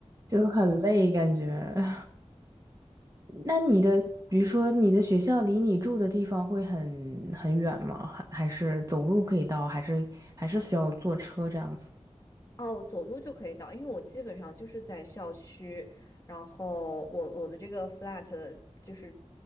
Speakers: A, on the right; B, on the left.
A: 就很累感觉。<laughs> 那你的，比如说你的学校离你住的地方会很很远吗？还还是走路可以到？还是还是需要坐车这样子？
B: 哦，走路就可以到，因为我基本上就是在校区，然后我我的这个 flat 就是